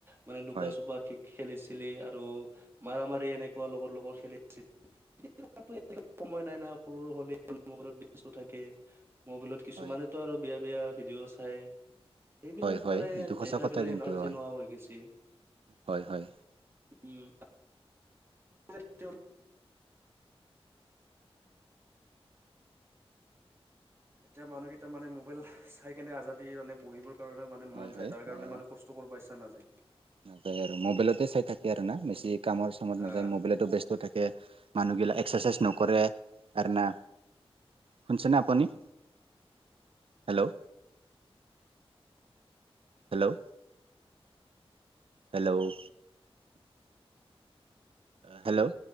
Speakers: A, on the right; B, on the right.
A: মানে লুকা
B: হয়।
A: চুপা খ খেলিছিলি আৰু মাৰ মাৰি এনেকুৱা লগৰ লগৰ খেলিছিল। <unintelligible> সময় নাই না মোবাইল মোবাইলত ব্যস্ত থাকে। মোবাইলত কিছুমানেতো
B: হয়,
A: আৰু বেয়া বেয়া ভিডিঅ' চায়। এইবিলাক
B: হয়, হয়,
A: মানে
B: এইটো সঁচা
A: দেখা
B: কথা
A: গলে
B: কিন্তু
A: এনাৰ্জি
B: হয়,
A: নোহোৱা হৈ গেছি।
B: হয়, হয়,
A: উম', <unintelligible> এতিয়া মানুহকেইটা মানে মোবাইল চাই কেনে আজাদদি মানে বহিবোৰ
B: হয়,
A: মন যায়।
B: হয়।
A: তাৰ কাৰণে
B: আহ
A: মানে কষ্ট কৰিব ইচ্ছা নাযায়।
B: নাযায় আৰু মোবাইলতে চাই থাকে আৰু না বেছি কামৰ চামত
A: হা
B: নাযায়। মোবাইলতো বস্ত থাকে। মানুহ গিলাক এক্সাৰচাইজ নকৰে আৰু না শুনিছেনে আপুনি? হেল্ল', হেল্ল', হেল্ল', হেল্ল',